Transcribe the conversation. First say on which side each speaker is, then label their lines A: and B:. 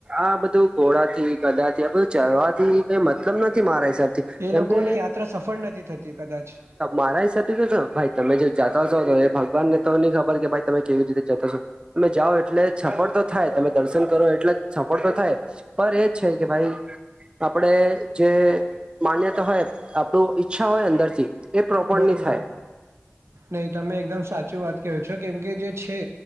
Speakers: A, on the right (about 25°); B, on the right (about 80°).
A: આ બધું તું ઘોડા થી, ગધા થી, આ બધું ચડવાથી કઈ મતલબ નથી મારા હિસાબ
B: એ
A: કેમકે,
B: લોકોની યાત્રા સફળ નથી થતી કદાચ
A: મારા હિસાબથી તો-તો જો ભાઈ તમે જે જાતા છો તો એ ભગવાન ને તો ની ખબર કે ભાઈ તમે કેવી રીતે જાતા છો. તમે જાઓ એટલે સફળ તો થાય, તમે દર્શન કરો એટલે સફળ તો થાય. પર એજ છે કે ભાઈ. આપડે જે માન્યતા હોય, આપડુ ઈચ્છા હોય અંદરથી એ પ્રોપર
B: બરોબર,
A: ની થાય
B: નહી તમે એકદમ સાચું વાત કયો છો, કેમકે જે છે,